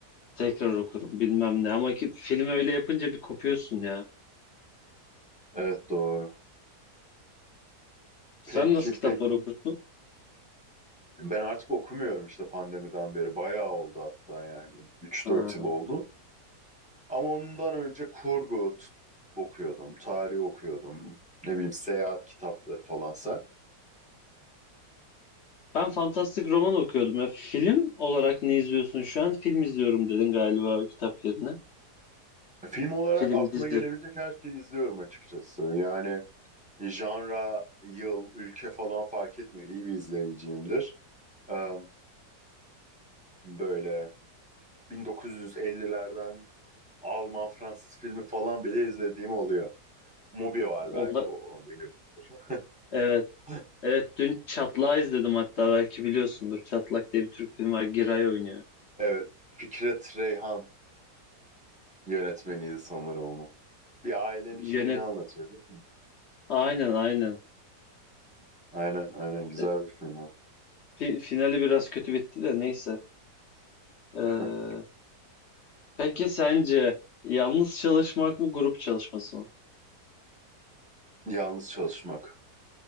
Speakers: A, on the left; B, in the centre.
A: Tekrar okurum bilmem ne ama ki film öyle yapınca bir kopuyorsun ya.
B: Evet doğru.
A: Sen
B: Peki
A: nasıl kitaplar
B: peki.
A: okursun?
B: Ben artık okumuyorum işte pandemiden beri. Bayağı oldu hatta yani. üç
A: Ha.
B: dört yıl oldu. Ama ondan önce kurgu t- okuyordum, tarih okuyordum. Ne bileyim seyahat kitapları falansa.
A: Ben fantastik roman okuyordum ya. Film olarak ne izliyorsun şu an? Film izliyorum dedin galiba kitap yerine.
B: Film olarak
A: Film,
B: aklına
A: dizi.
B: gelebilecek her şeyi izliyorum açıkçası. Yani janra, yıl, ülke falan fark etmiyor. İyi bir izleyiciyimdir. Ee, böyle 1950'lerden Alman, Fransız filmi falan bile izlediğim oluyor. Mubi var belki
A: Onlar...
B: o. onu biliyorsunuz.
A: Evet.
B: <laughs>
A: Evet dün Çatlak'ı izledim hatta belki biliyorsundur. Çatlak diye bir Türk filmi var. Giray oynuyor.
B: Evet, Fikret Reyhan yönetmeniydi sanırım onu. Bir ailenin şeyini
A: Yönet...
B: anlatıyor değil mi?
A: Aynen aynen.
B: Aynen aynen güzel
A: E,
B: bir film o.
A: Fi- finali biraz kötü bitti de neyse. Ee,
B: <laughs>
A: peki sence yalnız çalışmak mı grup çalışması mı?
B: Yalnız çalışmak.